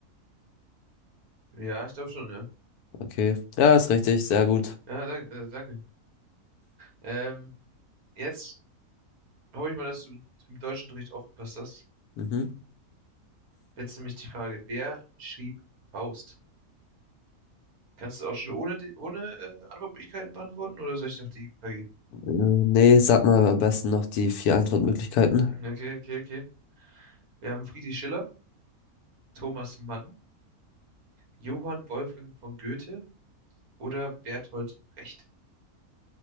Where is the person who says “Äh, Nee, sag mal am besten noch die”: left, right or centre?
Left